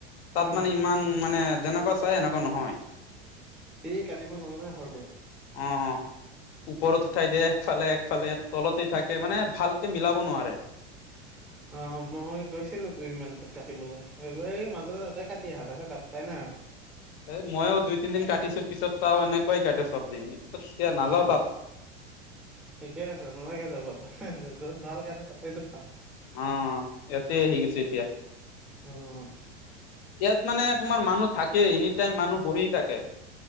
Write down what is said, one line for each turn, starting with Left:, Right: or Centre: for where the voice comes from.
Left: তাত
Centre: উম
Left: মানে ইমান মানে যেনেকুৱা চাই এনেকুৱা নহয়।
Centre: সি কাটিব নাজানে ভালকে।
Left: অঁ-অঁ! ওপৰত উঠাই দিয়ে একফালে-একফালে। তলতে থাকে মানে ভালকে মিলাব নোৱাৰে।
Centre: হয়। <unintelligible> অঁ! মই গৈছিলোঁ দুই মান তাত কাটিবলে। এইবাৰে মাজতে তাতে কাটি আহা তাৰপিছত কাটাই নাই আৰু।
Left: এ ময়ো দুই, তিনদিন কাটিছো পিছত চাওঁ এনেকুৱাই কাটে চবদিন পিছত নাযাওঁ
Centre: অ।
Left: তাত।
Centre: ঠিকে আছে নালাগে যাব তাত। য'ত ভাল কাটে তাতে যাবা।
Left: অঁ! এইয়াতে আহি গৈছোঁ এতিয়া।
Centre: উম।
Left: ইয়াত মানে তোমাৰ মানুহ থাকেই এনি টাইম মানুহ বহি থাকে।